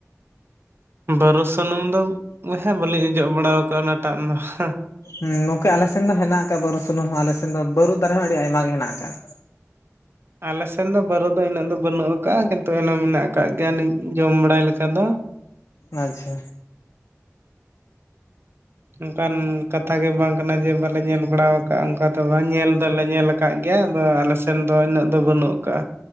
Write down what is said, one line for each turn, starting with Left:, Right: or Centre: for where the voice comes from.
Right: ᱵᱟᱹᱨᱩ ᱥᱩᱱᱩᱢ ᱫᱚ ᱵᱚᱭᱦᱟ ᱵᱟᱹᱞᱤᱧ ᱚᱡᱚᱜ ᱵᱟᱲᱟᱣ ᱠᱟᱜᱟ ᱚᱱᱟᱴᱟᱜ ᱫᱚ ᱦᱟ
Left: ᱦᱩᱸ ᱜᱚᱝᱠᱮ ᱟᱞᱮᱥᱮᱱ ᱫᱚ ᱦᱮᱱᱟᱜ ᱟᱠᱟᱜᱟ ᱵᱟᱹᱨᱩ ᱥᱩᱱᱩᱢ ᱦᱚᱸ ᱟᱞᱮᱥᱮᱱ ᱫᱚ ᱵᱟᱹᱨᱩ ᱫᱟᱨᱮ ᱦᱚᱸ ᱟᱹᱰᱤ ᱟᱭᱢᱟ ᱜᱮ ᱦᱮᱱᱟᱜ ᱟᱠᱟᱜ᱾
Right: ᱟᱞᱮ ᱥᱮᱱ ᱫᱚ ᱵᱟᱹᱨᱩ ᱫᱚ ᱤᱱᱟᱹᱜ ᱫᱚ ᱵᱟᱹᱱᱩᱜ ᱟᱠᱟᱜᱟ ᱠᱤᱱᱛᱩ ᱮᱱᱟᱢ ᱢᱮᱱᱟᱜ ᱟᱠᱟᱜ ᱜᱮᱭᱟ ᱱᱤᱝ ᱡᱚᱢ ᱵᱟᱲᱟᱭ ᱞᱮᱠᱟ ᱫᱚ᱾
Left: ᱟᱪᱪᱷᱟ᱾
Right: ᱚᱱᱠᱟᱱ ᱠᱟᱛᱷᱟ ᱜᱮ ᱵᱟᱝ ᱠᱟᱱᱟ ᱡᱮ ᱵᱟᱞᱮ ᱧᱮᱞ ᱵᱟᱲᱟᱣ ᱟᱠᱟᱜᱟ ᱚᱱᱠᱟ ᱫᱚ ᱵᱟᱝ ᱧᱮᱞ ᱫᱚᱞᱮ ᱧᱮᱞ ᱟᱠᱟᱜ ᱜᱮᱭᱟ ᱟᱫᱚ ᱟᱞᱮᱥᱮᱱ ᱫᱚ ᱤᱱᱟᱹᱜ ᱫᱚ ᱵᱟᱹᱱᱩᱜ ᱟᱠᱟᱜᱟ᱾